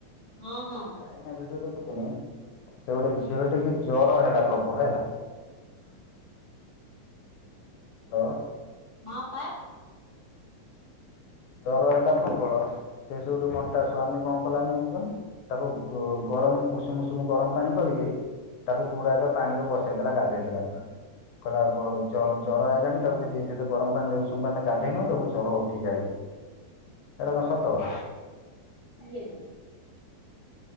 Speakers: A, on the right (about 25°); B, on the left (about 80°).
A: ହଁ
B: ଗୋଟେ
A: ହଁ
B: ଚାଇନା ଭିଡୁଅ ଦେଖୁଥିନି। ସେ ଗୋଟେ ଝି ଝିଅ ଟିକି ଜର ହେଲା, ପ୍ରବଳ ହେଲା।
A: ହୁଁ
B: <inaudible>
A: <inaudible>
B: ଜର ହେଲା ପ୍ରବଳ, ସେଇଠୁ ତା ସ୍ୱାମୀ କ'ଣ କଲା ନେଇଙ୍କି ତାକୁ ଗରମ୍ ଉଷୁମ୍ ଉଷୁମ୍ ଗରମ୍ ପାଣି କରିକି। ତାକୁ ପୁରା ପାଣିରେ ବସେଇ ଦେଲା, ଗାଧେଇ ଦେଲା ପୁରା। କହିଲା ବ ଜର ଜର ଆଇଲାଣି, ତାକୁ ଯେଦି ସେଠେ ଗରମ୍ ପାଣିିରେ ଉଷୁମ୍ ପାଣିିରେ ଗାଧୋଇନୁ ତାକୁ ଜର ଉଠି ଯାଇଚି। ଏଇଟା କ'ଣ ସତ କ
A: <inaudible>